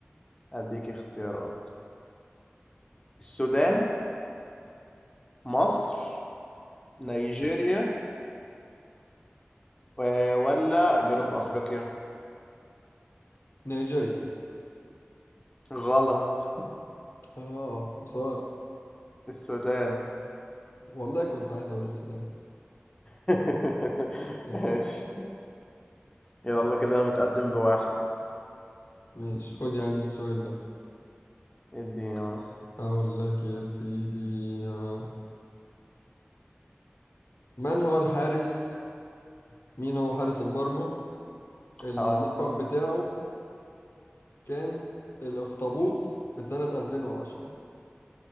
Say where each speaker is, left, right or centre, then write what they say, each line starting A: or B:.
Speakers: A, on the left (about 20°); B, on the left (about 75°).
A: هديك اختيارات السودان مصر نيجيريا و- ولا جنوب أفريقيا
B: نيجيريا
A: غلط
B: اه خسارة
A: السودان
B: والله كنت عايز اقول السودان
A: <laughs>
B: يلا
A: ماشي
B: ماشي
A: يلا كده أنا متقدم بواحد
B: ماشي، خد يا عم السؤال ده
A: اديني واحد.
B: اقول لك يا سيدي آه. من هو الحارس مين هو حارس المرمى اللي
A: اه
B: اللقب بتاعه كان الأخطبوط في سنة 2010